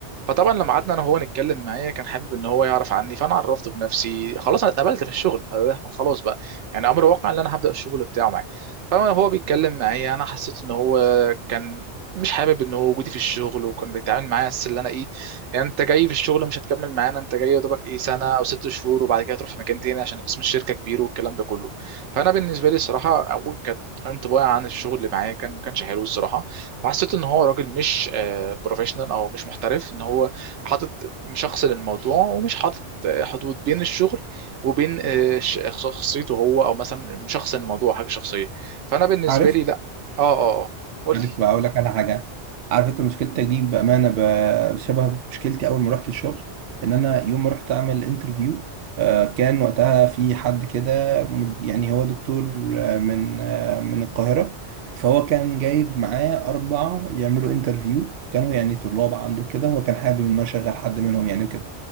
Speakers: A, on the right (about 80°); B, on the right (about 65°).
A: فطبعا لما قعدنا انا وهو نتكلم معايا كان حابب ان هو يعرف عني فانا عرفته بنفسي خلاص انا اتقبلت في الشغل فاحنا خلاص بقى يعني امر واقع ان انا هبدا الشغل بتاعه معاه فانا هو بيتكلم معايا انا حسيت ان هو كان مش حابب ان هو وجودي في الشغل وكان بيتعامل معايا بس اللي انا ايه يعني انت جاي في الشغل مش هتكمل معانا انت جاي يا دوبك ايه سنه او ست شهور وبعد كده تروح في مكان تاني عشان اسم الشركه كبير والكلام ده كله فانا بالنسبه لي الصراحه اول كانت انطباعي عن الشغل اللي معايا كان ما كانش حلو الصراحه وحسيت ان هو راجل مش بروفيشنال او مش محترف ان هو حاطط شخص للموضوع ومش حاطط آه، حدود بين الشغل وبين آه، ش- شخصيته هو او مثلا شخص للموضوع حاجه شخصيه فانا بالنسبه
B: عارف؟
A: لي لا اه اه آه. قلت
B: عارف بقى اقول لك على حاجه عارف انت مشكلتك دي بامانه ب- شبه مشكلتي اول ما رحت الشغل ان انا يوم ما رحت اعمل انترفيو آه، كان وقتها في حد كده مد- يعني هو دكتور آه، من آه، من القاهره فهو كان جايب معاه اربعه يعملوا انترفيو كانوا يعني طلاب عنده كده هو كان حابب ان هو يشغل حد منهم يعني كده